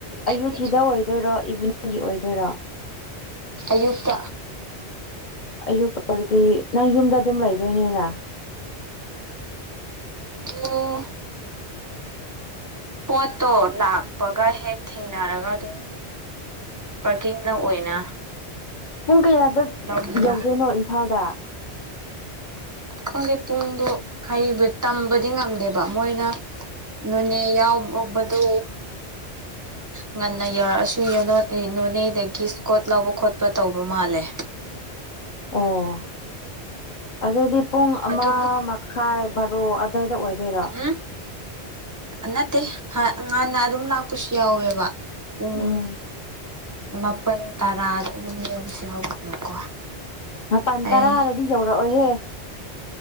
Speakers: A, on the right (about 25°); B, on the left (about 55°).
A: ꯑꯩꯒꯤ
B: ꯑꯌꯨꯛꯀꯤꯗ ꯑꯣꯏꯗꯣꯏꯔꯣ ꯏꯚꯤꯅꯤꯡꯒꯤꯗ ꯑꯣꯏꯗꯣꯏꯔꯣ
A: ꯑꯌꯨꯛꯇ
B: ꯑꯌꯨꯛꯇ ꯑꯣꯏꯔꯗꯤ ꯅꯪ ꯌꯨꯝꯗ ꯑꯗꯨꯝ ꯂꯩꯗꯣꯏꯅꯤꯅ
A: ꯑꯣ ꯄꯣꯠꯇꯣ ꯂꯥꯛꯄꯒ ꯍꯦꯛ ꯊꯦꯡꯅꯔꯒ ꯑꯗꯨꯝ ꯄꯥꯔꯀꯤꯡꯗ ꯑꯣꯏꯅ
B: ꯄꯨꯡ ꯀꯌꯥꯗ
A: ꯂꯧꯒꯦꯔꯥ
B: ꯌꯧꯗꯣꯏꯅꯣ ꯏꯝꯐꯥꯜꯗ
A: ꯈꯪꯗꯦ ꯄꯨꯡꯗꯣ ꯍꯩꯔꯤꯕ ꯇꯝꯕꯗꯤ ꯉꯝꯗꯦꯕ ꯃꯣꯏꯅ ꯅꯣꯅꯦ ꯌꯥꯎ ꯑꯣꯕꯗꯣ ꯉꯟꯅ ꯌꯧꯔꯛꯑꯁꯨ ꯅꯣꯅꯦꯗꯒꯤ ꯏꯁꯀꯣꯠ ꯂꯧꯕ ꯈꯣꯠꯄ ꯇꯧꯕ ꯃꯥꯜꯂꯦ
B: <inaudible> ꯑꯣ ꯑꯗꯨꯗꯤ ꯄꯨꯡ ꯑꯃ
A: ꯑꯗꯨꯕꯨ
B: ꯃꯈꯥꯏ ꯚꯔꯣ ꯑꯗꯥꯏꯗ ꯑꯣꯏꯗꯣꯏꯔꯣ
A: ꯎꯝ ꯅꯠꯇꯦ ꯉꯥꯟꯅ ꯑꯗꯨꯝ ꯂꯥꯛꯄꯁꯨ ꯌꯥꯎꯋꯦꯕ ꯄꯨꯡ
B: ꯎꯝ
A: ꯃꯥꯄꯜ ꯇꯔꯥꯗ ꯑꯗꯨꯝ ꯌꯧꯁꯨ ꯌꯥꯎꯕꯅꯦꯕꯀꯣ
B: ꯃꯄꯜ
A: ꯑꯩ
B: ꯇꯔꯥꯗꯗꯤ ꯌꯧꯔꯛꯑꯣꯍꯦ